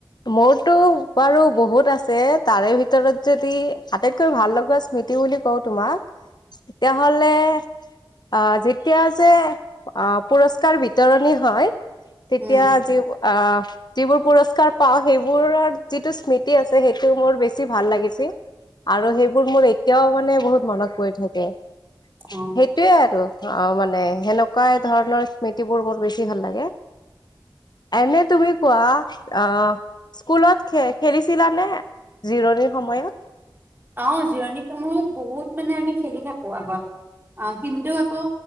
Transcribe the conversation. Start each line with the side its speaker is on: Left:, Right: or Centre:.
Left: মোৰতো বাৰু বহুত আছে তাৰে ভিতৰত যদি আটাইতকৈ ভাল লগা স্মৃতি বুলি কওঁ তোমাক তেতিয়াাহলে আহ যেতিয়া যে আহ পুৰস্কাৰ বিতৰণি হয় তেতিয়া
Right: উম
Left: আজি অ যিবোৰ পুৰস্কাৰ পাও সেইবোৰৰ যিটো স্মৃতি আছে সেইটো মোৰ বেছি ভাল লাগিছিল আৰু সেইবোৰ মোৰ এতিয়াও মানে বহুত মনত পৰি থাকে
Right: অ
Left: সেইটোৱে আৰু অ মানে সেনেকুৱা ধৰণৰ স্মৃতিবোৰ মোৰ বেছি ভাল লাগে এনে তুমি কোৱা অ স্কুলত খ খেলিছিলা নে জিৰণিৰ সময়ত
Right: অ জিৰণি সময়ত বহুত মানে আমি খেলি থাকো আগত অ কিন্ত আকৌ